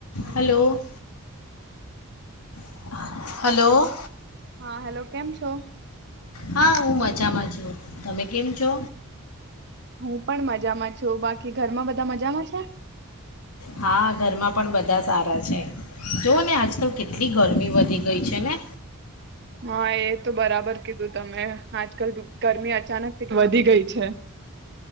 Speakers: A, on the right; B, on the left.
A: Hello
B: hello. <inaudible> Hello
A: હા hello કેમ છો?
B: હા હું મજામાં છયો તમે કેમ છો?
A: હમ. પણ મજામાં છો બાકી ઘરમાં બ ત મજામાં છે.
B: હા ઘરમાં પણ બધા સારા છે જોઓને આજકાલ કેટલી ગરમી વધી ગઈ છે ને
A: હા એ તો બરાબર કીધું તમે આજકાલ ગરમી અચાનકથી વધી ગઈ છે.